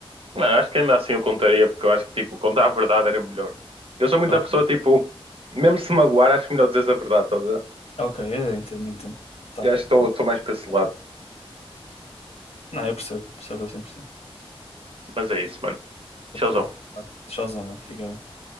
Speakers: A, on the right (about 65°); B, on the left (about 85°).
A: Mano, acho que ainda assim eu contaria, porque eu acho que, tipo, contar a verdade era melhor. Eu sou muita
B: Ok.
A: pessoa, tipo, mesmo se magoar, acho melhor dizer a verdade, estás
B: Ok, eu entendo, entendo. Tá.
A: Eu acho que estou mais para esse lado.
B: Não, eu percebo, percebo a 100%.
A: Mas é isso, mano.
B: Ok.
A: Tchauzão.
B: Tá. Tchauzão, mano. Fica bem.